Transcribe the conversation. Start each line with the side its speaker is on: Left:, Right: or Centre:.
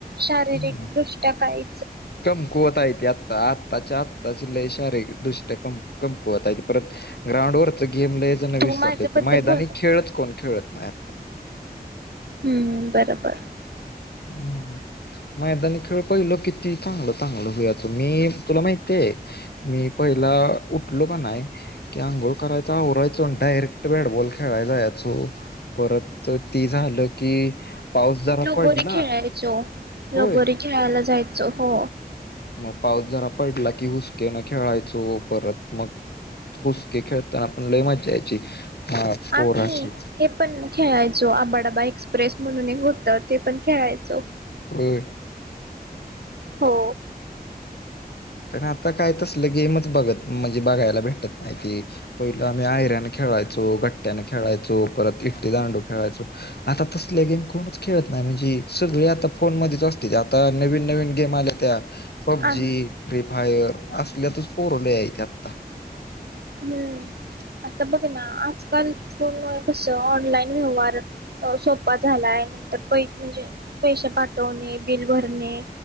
Right: शारीरिक
Left: का
Right: दृष्ट्या काही
Left: कमकुवत आहे ते आत्ता आत्ताच्या आत्ताची लई शारे दृष्ट्या कम कमकुवत आहे ती परत ग्राउंड वरच गेम लय जण
Right: तू
Left: विसरल्याती
Right: माझ्याबद्दल
Left: मैदानी
Right: बोल
Left: खेळच, कोण खेळत नाय
Right: हूं बरोबर
Left: हूं मैदानी खेळ पयलं किती चांगलं, चांगलं व्हूयाचं मी तुला माहितेये मी पयला उठलो कनाय की आंघोळ करायचा आवरायचो. अन डायरेक्ट बॅटबॉल खेळाय जायाचो परत ती झालं कि पाऊस जरा पडला
Right: गोरीे खेळायचो. लगोरी
Left: होय
Right: खेळायला जायच हो
Left: मग पाऊस जरा पडला की हुसकेन खेळायचो परत, मग हुसके खेळताना पण लई मज्जा यायची. हा पोरांची
Right: आम्ही हे पण खेळायचो अब्बा डब्बा एक स्प्रेस म्हणून एक होतं ते पण खेळायचो.
Left: होय!
Right: हो!
Left: अन आता काय तसलं गेमच बघत म्हणजे बघायला भेटत नायति पयलं आम्ही आयऱ्यान खेळायचो, गट्ट्यान खेळायचो, परत इट्टी दांडू खेळायचो, आता तसल्या गेम कोणच खेळत नाय म्हणजी सगळे आता फोन मध्येच असत्याती आता नवीन नवीन गेम आल्या त्या पब्जी
Right: आम-
Left: फ्री फायर असल्यातच पोर लई आये ती आता
Right: हूं आता बघ ना आजकाल फोनमुळे कसं ऑनलाईन व्यवहार सोपा झालाय, नंतर पै म्हणजे पैसे पाटवणे बिल भरणे,